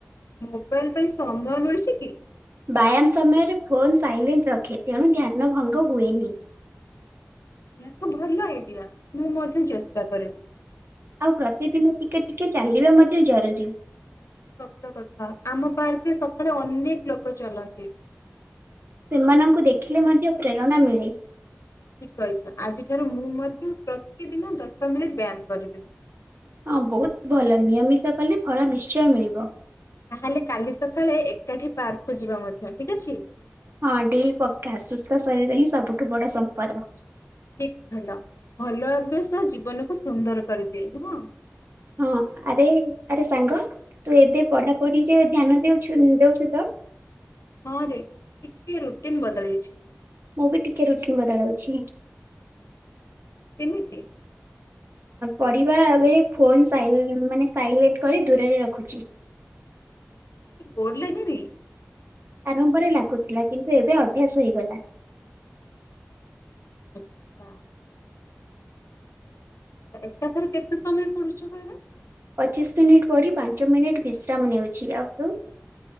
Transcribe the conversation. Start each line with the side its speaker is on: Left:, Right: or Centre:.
Left: ମୋବାଇଲ ପାଇଁ ସମୟ ମିଳୁଛି କି।
Right: ବ୍ୟାୟାମ ସମୟରେ ଫୋନ ସାଇଲେଣ୍ଟ ରଖେ ତେଣୁ ଧ୍ୟ୍ୟନ ଭଙ୍ଗ ହୁଏନି।
Left: ଏହା ତ ଭଲ ଆଇଡିଆ ମୁଁ ମଧ୍ୟ ଚେଷ୍ଟା କରିବି।
Right: ଆଉ ପ୍ରତିଦିନ ଟିକେ ଟିକେ ଚାଲିବା ମଧ୍ୟ ଜରୁରୀ।
Left: ସତ କଥା ଆମ ପାର୍କରେ ସକାଳେ ଅନେକ ଲୋକ ଚଲନ୍ତି।
Right: ସେମାନଙ୍କୁ ଦେଖିଲେ ମଧ୍ୟ ପ୍ରେରଣା ମିଳେ।
Left: ଠିକ୍ କହିଛ ଆଜିଠାରୁ ମୁଁ ମଧ୍ୟ ପ୍ରତିଦିନ ଦଶ ମିନିଟ୍ ବ୍ୟାୟାମ କରିବି।
Right: ହଁ ବହୁତ୍ ଭଲ ନିୟମିତ କଲେ ଫଳ ନିଶ୍ଚୟ ମିଳିବ।
Left: ତାହେଲେ କାଲି ସକାଳେ ଏକାଠି ପାର୍କକୁୁ ଯିବା ମଧ୍ୟ ଠିକ୍ ଅଛି।
Right: ହଁ ଡିଲ୍ ପକ୍କା ସୁସ୍ଥ ଶରୀର ହିଁ ସବୁଠୁ ବଡ଼ ସମ୍ପଦ।
Left: ଠିକ୍ କହିଲ ଭଲ ଅଭ୍ୟାସ ଜୀବନକୁ ସୁନ୍ଦର କରିଦିଏ ନୁହଁ?
Right: ହଁ ଆରେ ଆରେ ସାଙ୍ଗ ତୁ ଏବେ ପଢ଼ାପଢ଼ି ରେ ଧ୍ୟାନ ଦଉଛୁ ଦଉଛୁ ତ।
Left: ହଁ ରେ ଟିକେ ରୁଟିନ୍ ବଦଲେଇଛି।
Right: ମୁଁ ବି ଟିକେ ରୁଟିନ୍ ବଦଲଉଛି।
Left: କେମିତି?
Right: ପଢ଼ିବା ବଳେ ଫୋନ ସାଇ ମାନେ ସାଇଲେଣ୍ଟ୍ କରି ଦୂରରେ ରଖୁଛି।
Left: ବୋର୍ ଲାଗେନି?
Right: ଆରମ୍ଭରେ ଲାଗୁଥିଲା କିନ୍ତୁ ଏବେ ଅଭ୍ୟାସ ହେଇଗଲା।
Left: ଆଚ୍ଛା। ଏକାଥର କେତେ ସମୟ ପଢୁଛ କହିଲ?
Right: ପଚିଶି ମିନିଟ ପଢ଼ି ପାଞ୍ଚ ମିନିଟ୍ ବିଶ୍ରାମ ନେଉଛି ଆଉ ତୁ?